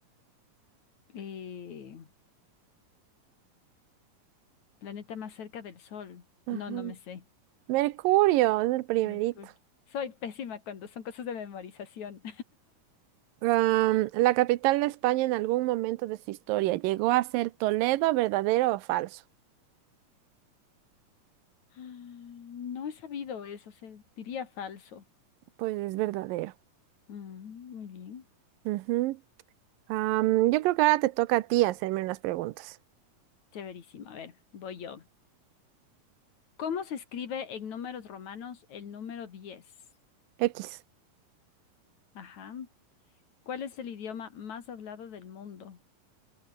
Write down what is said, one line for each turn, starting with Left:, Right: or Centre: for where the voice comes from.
Left: Eh, planeta más cerca del Sol.
Right: Ajá.
Left: No, no me sé.
Right: Mercurio es el primerito.
Left: Mercurio. Soy pésima cuando son cosas de memorización.
Right: Am, la capital de España en algún momento de su historia llegó a ser Toledo, ¿verdadero o falso?
Left: Mm, No he sabido eso, se diría falso.
Right: Pues es verdadero.
Left: Mm, muy bien.
Right: Ujú. Am, yo creo que ahora te toca a ti hacerme unas preguntas.
Left: Severísimo. A ver, voy yo. ¿Cómo se escribe en números romanos el número 10?
Right: X.
Left: Ajá. ¿Cuál es el idioma más hablado del mundo?